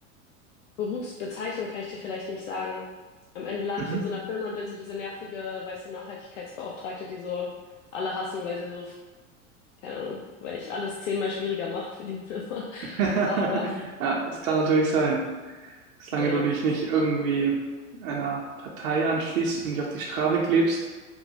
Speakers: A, on the left (about 70°); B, on the right (about 80°).
A: Berufsbezeichnung kann ich dir vielleicht nicht sagen. Am Ende lande
B: Mhm.
A: ich in so einer
B: <laughs>
A: Firma und bin so diese nervige, weißt du, Nachhaltigkeitsbeauftragte, die so alle hassen, weil sie so, keine Ahnung, weil ich alles zehnmal schwieriger mache für die Firma. <laughs>
B: Ja,
A: Aber
B: das kann natürlich sein. Solange
A: ja,
B: du dich nicht irgendwie einer Partei anschließt und nicht auf die Straße klebst,